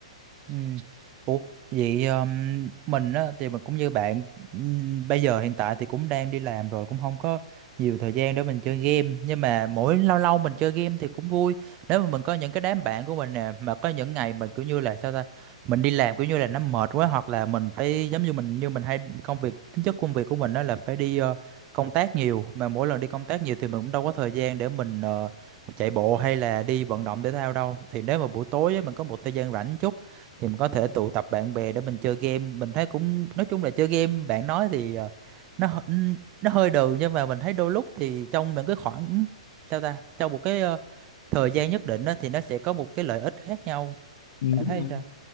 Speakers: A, on the right (about 30°); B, on the left (about 60°).
A: Ừ. Ủa vậy um, mình á thì mình cũng như bạn ừm, bây giờ hiện tại thì cũng đang đi làm rồi cũng không có nhiều thời gian để mình chơi game nhưng mà mỗi lâu lâu mình chơi game thì cũng vui nếu mà mình có những cái đám bạn của mình nè mà có những ngày mình kiểu như là sao ta mình đi làm kiểu như là nó mệt quá hoặc là mình phải giống như mình như mình hay công việc tính chất công việc của mình đó là phải đi ờ, công tác nhiều mà mỗi lần đi công tác nhiều thì mình cũng đâu có thời gian để mình ờ, chạy bộ hay là đi vận động thể thao đâu thì nếu mà buổi tối á, mình có một thời gian rảnh chút thì mình có thể tụ tập bạn bè để mình chơi game mình thấy cũng nói chung là chơi game bạn nói thì ờ, nó hơ- ừm, nó hơi đường nhưng mà mình thấy đôi lúc thì trong những cái khoảng sao ta trong một cái ờ, thời gian nhất định đó, thì nó sẽ có một cái lợi ích khác nhau
B: ừ,
A: bạn
B: đúng
A: thấy
B: rồi
A: sao